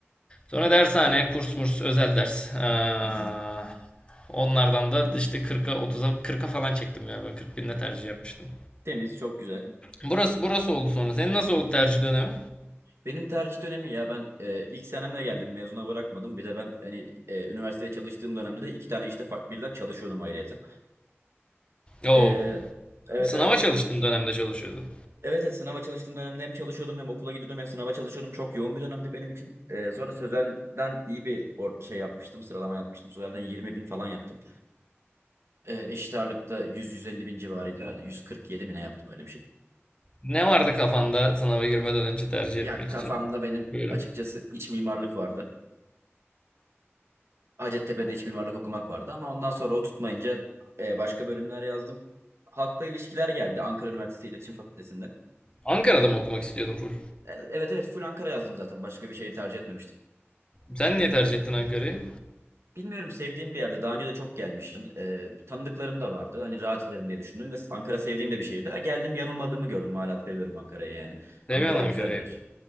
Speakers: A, on the left (about 25°); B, on the right (about 70°).
A: Sonra dershane, kurs murs, özel ders. Aa,
B: Hı hı.
A: onlardan da işte 40'a 30'a 40'a falan çektim galiba. 40 binde tercih yapmıştım.
B: Temiz, çok güzel.
A: Burası burası oldu sonra. Senin nasıl oldu tercih dönemi?
B: Benim tercih dönemi ya ben e, ilk senemle geldim mezuna bırakmadım. Bir de ben hani e, üniversiteye çalıştığım dönemde de iki tane işte fa- birden çalışıyordum ayrıyeten.
A: Oo.
B: E, evet
A: Sınava
B: evet
A: çalıştın dönemde çalışıyordun.
B: Evet, evet sınava çalıştığım dönemde hem çalışıyordum hem okula gidiyordum hem sınava çalışıyordum. Çok yoğun bir dönemdi benim için. Ee, sonra Sözel'den iyi bir or- şey yapmıştım. Sıralama yapmıştım. Sözel'den 20 bin falan yaptım. Ee, eşit ağırlıkta 100-150 bin civarıydı herhalde. 147 mi ne yaptım öyle bir şey.
A: Ne vardı kafanda sınava girmeden önce tercih
B: Ya
A: etmek
B: kafamda
A: için?
B: benim
A: Buyurun.
B: açıkçası iç mimarlık vardı. Hacettepe'de iç mimarlık okumak vardı ama ondan sonra o tutmayınca e, başka bölümler yazdım. Halkla ilişkiler geldi Ankara Üniversitesi İletişim Fakültesi'nde.
A: Ankara'da mı okumak istiyordun full?
B: E, Evet evet full Ankara yazdım zaten. Başka bir şehir tercih etmemiştim.
A: Sen niye tercih ettin Ankara'yı?
B: Bilmiyorum sevdiğim bir yerde. Daha önce de çok gelmiştim. Ee, tanıdıklarım da vardı. Hani rahat ederim diye düşündüm ve Ankara sevdiğim de bir şehirdi. Ha, Geldim yanılmadığımı gördüm. Hala seviyorum Ankara'yı yani.
A: Seviyorsun
B: Ankara güzel
A: Ankara'yı.
B: bir yer.